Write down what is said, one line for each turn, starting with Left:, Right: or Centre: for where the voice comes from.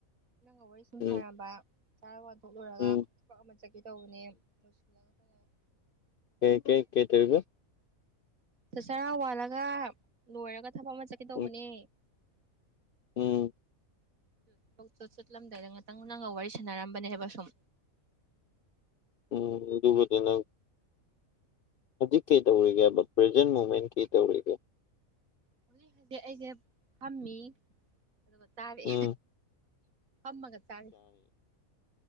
Right: ꯅꯪꯒ ꯋꯥꯔꯤ ꯁꯨꯝ
Left: ꯎꯝ
Right: ꯁꯥꯔꯝꯕꯔꯥ ꯂꯣꯔꯒ
Left: ꯎꯝ
Right: ꯊꯕꯛ ꯑꯃ ꯆꯠꯀꯦ ꯇꯧꯕꯅꯦ ꯂꯧꯏꯁꯤꯜꯂꯒ ꯈꯣꯠꯂꯒ
Left: ꯀꯦ ꯀꯦ ꯀꯩꯇꯧꯑꯦꯕ
Right: ꯆ ꯆꯥꯔꯥ ꯋꯥꯜꯂꯒ ꯂꯣꯏꯔꯒ ꯊꯕꯛ ꯑꯃ ꯆꯠꯀꯦ ꯇꯧꯕꯅꯦ
Left: ꯎꯝ ꯎꯝ
Right: ꯊꯕꯛ ꯇꯨ ꯆꯠꯂꯝꯗꯥꯢꯗ ꯉꯥꯛꯇꯪ ꯅꯪꯒ ꯋꯥꯔꯤ ꯁꯥꯟꯅꯔꯝꯕꯅꯦꯕ ꯁꯨꯝ
Left: ꯎꯝ ꯑꯗꯨꯕꯨꯗꯤꯅꯪ ꯍꯧꯖꯤꯛ ꯀꯩ ꯇꯧꯔꯤꯒꯦꯕ ꯄ꯭ꯔꯖꯦꯟ ꯃꯨꯃꯦꯟ ꯀꯩ ꯇꯧꯔꯤꯒꯦ
Right: ꯍꯧꯖꯤꯛ ꯍꯧꯖꯤꯛ ꯑꯩꯁꯦ ꯐꯝꯃꯤ ꯑꯗꯨꯒ ꯆꯥꯔꯤ
Left: ꯎꯝ
Right: ꯐꯝꯃꯒ ꯆꯥꯔꯤ